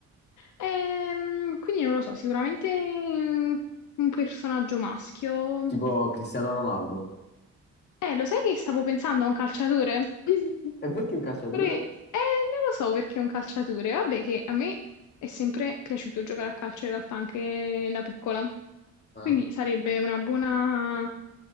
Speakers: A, on the left; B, on the left.
A: Ehm, quindi non lo so, sicuramente mm, un personaggio maschio.
B: Tipo Cristiano Ronaldo.
A: Eh, lo sai che stavo pensando a un calciatore? <laughs>
B: E perché un calciatore?
A: Pure- eh, non lo so perché è un calciatore. Vabbè, che a me è sempre piaciuto giocare a calcio in realtà anche da piccola.
B: Ah,
A: Quindi sarebbe una buona,